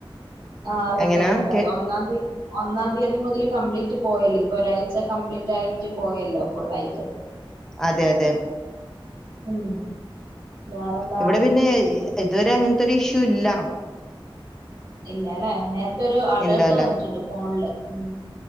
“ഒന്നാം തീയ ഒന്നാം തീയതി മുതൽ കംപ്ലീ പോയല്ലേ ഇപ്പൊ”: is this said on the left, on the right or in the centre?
Right